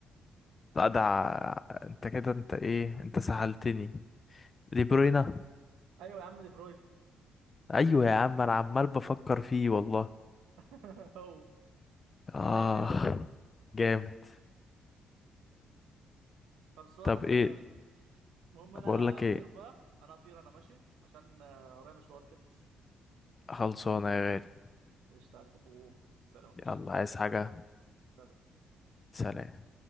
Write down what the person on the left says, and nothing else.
لا ده ع- انت كده انت ايه انت سهلتني دي بروينا
ايوه يا عم انا عمال بفكر فيه والله
اه
جامد
طب
ايه
بقول لك
ايه
خلصانه يا غالي
يلا عايز حاجة
سلام